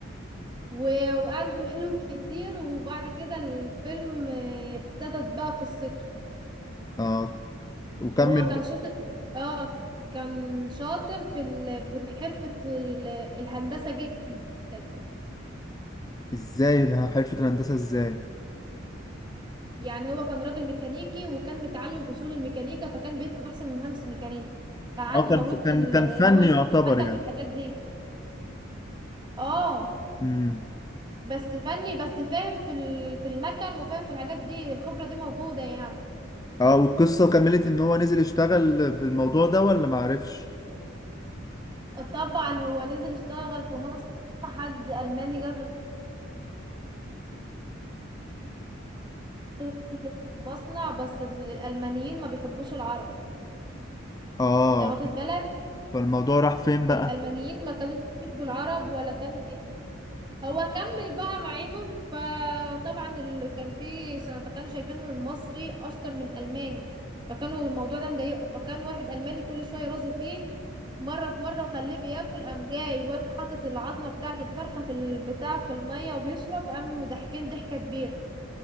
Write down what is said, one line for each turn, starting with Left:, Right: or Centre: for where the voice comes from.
Right: و- وقعدته حلو كتير وبعد كده الفيلم آه، ابتدت بقى قصته
Left: اه وكمل
Right: هو كان
Left: بقى.
Right: شاطر اه كان شاطر في ال... في حرفة ال- الهندسة جدا
Left: ازاي الها- حرفة الهندسة ازاي
Right: يعني هو كان راجل ميكانيكي وكان متعلم أصول الميكانيكا فكان بيفهم أحسن من مهندس الميكانيكا كان عنده
Left: اه كان
Right: موهبة
Left: كان
Right: ال...
Left: كان
Right: ان
Left: فني
Right: هو يصنع
Left: يعتبر
Right: مكن
Left: يعني
Right: والحاجات دي اه
Left: امم
Right: بس فني بس فاهم في ال- في المكن وفاهم في الحاجات دي الخبرة دي موجودة يعني
Left: اه والقصة كملت ان هو نزل يشتغل بالموضوع ده ولا معرفش
Right: طبعا هو نزل اشتغل في مصنع حد ألماني جاب له شغل في مصنع بس الألمانيين ما بيحبوش العرب
Left: اه
Right: انت واخد بالك
Left: فالموضوع راح فين بقى
Right: الألمانيين ما كانوش بيحبوا العرب ولا كانوا هو كمل بقى معاهم فطبعا اللي كان فيه س- فكانوا شايفين ان المصري اشطر من الماني فكانوا الموضوع ده مضايقه فكان واحد الماني كل شويه يرازي فيه مره في مره وخليه بياكل قام جاي واك حاطط العظمه بتاعه الفرخه في البتاع في الميه وبيشرب قام ضاحكين ضحكه كبيره